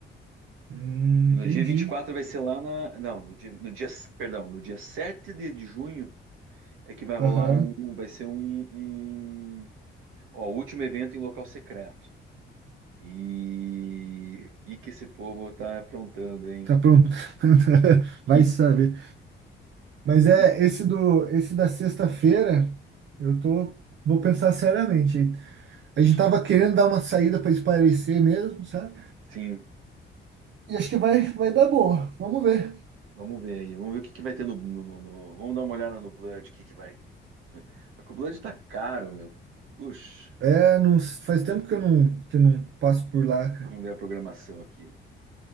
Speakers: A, on the right; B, on the right.
A: Hum,
B: E
A: entendi.
B: no dia vinte e quatro vai ser lá na. Não, no dia, no dia, perdão, no dia 7 de, de junho é que vai rolar
A: Aham.
B: um. Vai ser um, um ó, o último evento em local secreto. E o que que esse povo tá aprontando, hein?
A: Tá pronto. <laughs>
B: Que-
A: Vai saber. Mas
B: <laughs>
A: é esse do esse da sexta-feira, eu tô vou pensar seriamente. A gente tava querendo dar uma saída para espairecer mesmo, sabe?
B: Sim,
A: E acho que vai vai dar boa. Vamos ver.
B: vamos ver aí. Vamos ver o que que vai ter no, no- no- no- Vamos dar uma olhada no Blood, o que que vai. Só que o Blood tá caro, meu. Puxa,
A: É, não, faz tempo que eu não que eu não passo por lá, cara.
B: vamos
A: O
B: ver a programação aqui.